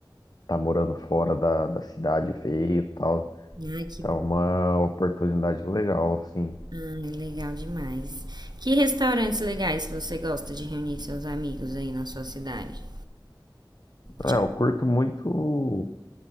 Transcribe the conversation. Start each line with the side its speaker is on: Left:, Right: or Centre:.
Left: tá morando fora da, da cidade veio, tal.
Right: Ai, que
Left: Então
Right: bom.
Left: é uma oportunidade legal, assim.
Right: Ai, legal demais. Que restaurantes legais você gosta de reunir seus amigos aí na sua cidade?
Left: É,
Right: Tipo,
Left: eu curto muito,